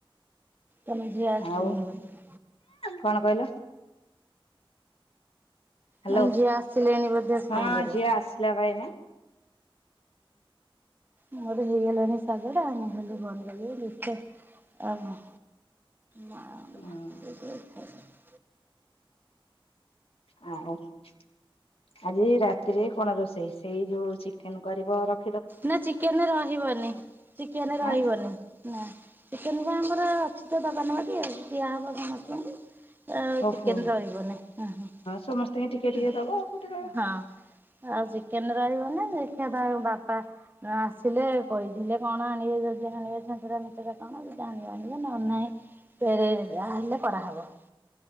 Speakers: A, on the right (about 20°); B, on the left (about 90°).
A: ତମେ ଝିଅ ଆସିଲେଣି
B: ଆଉ
A: ବୋଧେ।
B: କଣ କହିଲ? ହାଲୋ
A: ମାନେ ଝିଅ ଆସିଲେଣି ବୋଧେ ସ୍କୁଲରୁ।
B: ହଁ ଝିଅ ଆସିଲା ବା ଏଇନା।
A: ମୁଁଟେ ହେଇଗଲାଣି ଶାଗ ଟା ମୁଁ କହଲି ବନ୍ଦ କରିବି ଦେଖିବା। ଏ ଉ ନାଁ।
B: ହଁ।
A: <unintelligible>
B: ହଁ ଅ। ଆଜି ରାତିରେ କଣ ରୋଷେଇ ସେଇ ଯୋଉ ଚିକେନ କରିବ ର
A: ନା ଚିକେନ ରହିବନି ଚିକେନ ରହିବନି।
B: ଆ
A: ନା ଚିକେନ ବା ଆମର ଅଛି ତ ଦୋକାନ ବାଡି ଦିଆହେବ ସମସ୍ତଙ୍କୁ। ଅ
B: ଓହୋ
A: ଚିକେନ ରହିବନି ଅ ହଁ
B: ସମସ୍ତଙ୍କୁ ଟିକେ
A: ହଁ
B: ଟିକେ ଦବ ଆଉ କୋଉଠି ରହିବ।
A: ହଁ। ଆଉ ଚିକେନ ରହିବ ନି ଦେଖିବା ତାଙ୍କ ବା ପା ଆସିଲେ କହିଥିଲେ କଣ ଆଣିବେ ଯଦି ଆଣିବେ ଚ୍ଛେଞ୍ଚେଡା ମେଚେଡା। କଣ ଯଦି ଆଣିବେ ଆଣିବେ ନହେଲେ ନାଇଁ ପେରେ ଯାହା ହେଲେ କରାହେବ।